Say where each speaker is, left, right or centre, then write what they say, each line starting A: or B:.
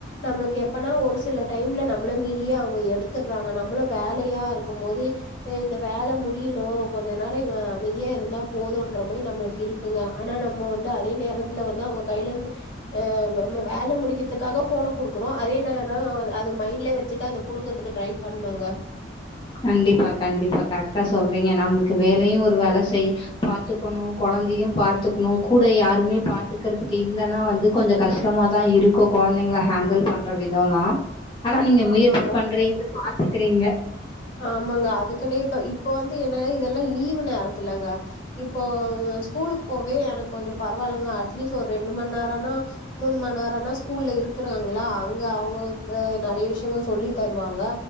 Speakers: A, on the left; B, on the left.
A: நம்மளுக்கு எப்பனா ஒரு சில டைம்ல நம்மள மீறியே அவங்க எடுத்துடுறாங்க நம்மளும் வேலையா இருக்கும் போது எ இந்த வேல முடியணு கொஞ்ச நேரொ இவெ அமைதியா இருந்தா போதுன்ற மாரி நம்ளுக்கு இருக் குங்க ஆனா நம்ம வந்து அதே நேரத்துல வந்து அவுங்க கையிலெந்து அ நம்ம வேல முடிக்கிற்துக்காக ஃபோன குடுக்குறோ அதே நேரொ அது மைண்ட்லே வெச்சுட்டு அத புடுங்கற்துக்கு ட்ரை பண்ணுங்க
B: கண்டிப்பா கண்டிப்பா கரெக்டா சொல்றீங்க நம்ளுக்கு வேலையு ஒரு வேல செய் பாத்துக்கணு கொழந்தையு பாத்துக்குணு கூட யாருமே பாத்துக்கறதுக்கு இல்லனா வந்து கொஞ்சொ கஷ்டமா தா இருக்கு கொழந்தைங்கள ஹேண்டில் பண்ற விதல்லா ஆனா நீங்க
A: ஆமாங்க
B: முயற்சி பண்றீங்க பாத்துக்கிறீங்க
A: ஆமாங்க அதுக்குன்னே இப்ப இப்ப வந்து என்னன்னா இதெல்லா லீவு நேரத்துலங்க இப்போ ஸ்கூலுக்கு போவே எனக்கு கொஞ்சொ பரவால்லங்க அட்லீஸ்ட் ஒரு ரெண்டு மண் நேரன்னா மூனு மண் நேரன்னா ஸ்கூல்ல இருக்குறாங்களா அங்க அவுங்கட்ட நெறைய விஷ்யங்கள் சொல்லி தருவாங்க